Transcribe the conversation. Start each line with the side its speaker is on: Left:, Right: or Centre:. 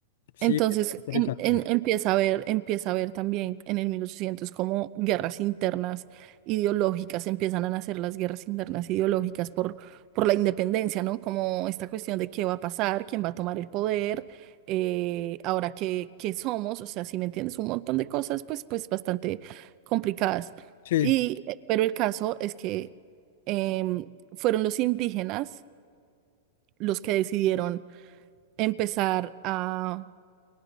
Left: sí,
Right: Entonces
Left: está interesante.
Right: en- en- empieza a ver, empieza a ver también en el 1800 como guerras internas ideológicas, empiezan a nacer las guerras internas ideológicas por, por la independencia, ¿no? Como esta cuestión de qué va a pasar, quién va a tomar el poder, eh, ahora qué, qué somos, o sea, si me entiendes, un montón de cosas pues, pues bastante complicadas.
Left: Sí,
Right: Y, eh, pero el caso es que em, fueron los indígenas los que decidieron empezar a